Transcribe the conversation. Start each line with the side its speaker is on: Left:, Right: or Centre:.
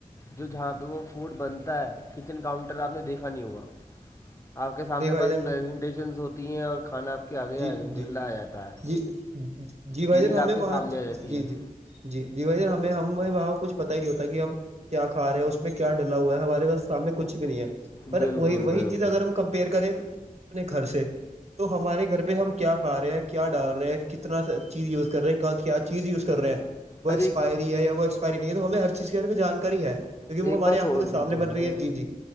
Left: جو جہاں پہ وہ فوڈ بنتا ہے کچن کاؤنٹر آپ نے دیکھا نہیں ہوا آپ کے سامنے
Right: نہیں بھائی
Left: بس
Right: جان
Left: پریزنٹیشن ہوتی ہیں اور کھانا کے آگے
Right: جی
Left: الحمد
Right: جی
Left: للہ آ جاتا ہے
Right: جی جی بھائی
Left: میل
Right: جان ہمیں
Left: آپ کے
Right: وہاں
Left: سامنے آ جاتی
Right: جی
Left: ہے
Right: جی جی جی بھائی ہمیں ہمیں وہاں کچھ پتا ہی نہیں ہوتا کہ ہم کیا کھا رہا اس میں کیا ڈلا ہوا ہے ہمارے پاس سامنے کچھ بھی نہیں ہے پر
Left: بالکل
Right: وہی وہی
Left: بالکل
Right: چیز اگر ہم کمپیئر کریں اپنے گھر سے تو ہمارے گھر پہ ہم کیا کھ رہے ہیں کیا ڈال رہے ہیں کتنا چیز یوز کر رہے ہیں کیا چیز یوز کر رہے ہیں وہ
Left: ارے
Right: ایکسپائری
Left: ایک-
Right: ہے یا وہ ایکسپائری نہیں ہے تو ہمیں ہر چیز کے بارے میں جانکاری ہے کیونکہ
Left: ایک
Right: وہ ہمارے
Left: بات
Right: آنکھوں
Left: اور
Right: کے
Left: بھی
Right: سامنے
Left: تو
Right: بن
Left: ہے
Right: رہی جی جی